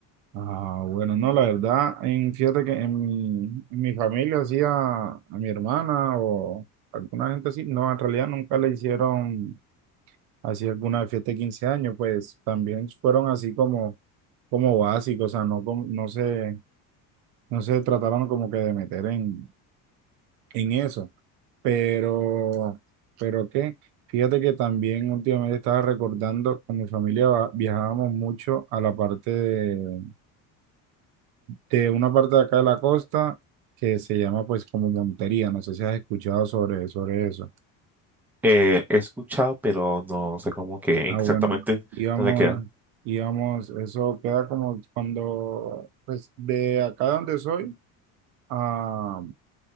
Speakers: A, on the right (about 85°); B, in the centre.
A: Ah, bueno, no, la verdad, en, fíjate que en mi, en mi familia hacía a mi hermana o alguna gente así, no, en realidad nunca le hicieron así alguna fiesta de 15 años, pues también fueron así como, como básicos, o sea, no, com- no se, no se trataron como que de meter en, en eso, pero, pero qué, fíjate que también últimamente estaba recordando, con mi familia va- viajábamos mucho a la parte de, de una parte de acá de la costa que se llama pues como Montería, no sé si has escuchado sobre, sobre eso.
B: Eh, he escuchado, pero no sé cómo que
A: Ah,
B: exactamente
A: bueno, íbamos,
B: dónde queda.
A: íbamos, eso queda como cuando, pues de acá donde soy, a,